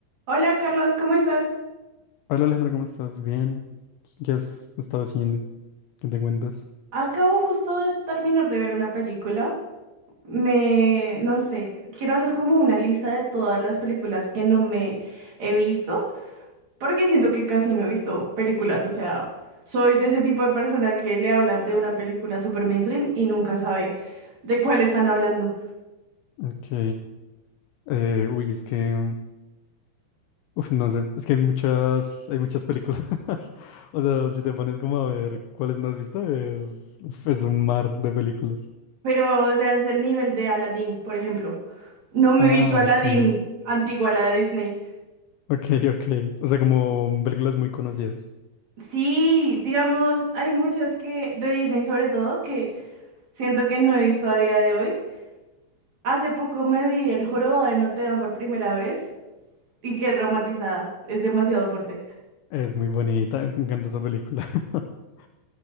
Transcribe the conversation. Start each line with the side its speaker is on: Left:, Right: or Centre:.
Right: Hola Carlos, ¿cómo estás?
Left: Hola Alejandra, ¿cómo estás? Bien. ¿Qué has estado haciendo? ¿Qué te cuentas?
Right: Acabo justo de terminar de ver una película. Me, no sé, quiero hacer como una lista de todas las películas que no me he visto, porque siento que casi no he visto películas, o sea, soy de ese tipo de persona que le hablan de una película super mainstream y nunca sabe de cuál están hablando.
Left: Ok. Eh, uy, es que, uf, no sé, es que hay muchas, hay muchas películas. <laughs> O sea, si te pones como a ver cuáles no has visto, es, uf, es un mar de películas.
Right: Pero, o sea, es el nivel de Aladdin, por ejemplo. No me
Left: Ah,
Right: he visto Aladdin
Left: ok.
Right: antigua, la de Disney.
Left: Ok, ok. O sea, como películas muy conocidas.
Right: Sí, digamos, hay muchas que de Disney sobre todo que Siento que no he visto a día de hoy. Hace poco me vi El Jorobado de Notre Dame por primera vez y quedé traumatizada. Es demasiado fuerte.
Left: Es muy bonita, me encanta esa película. <laughs>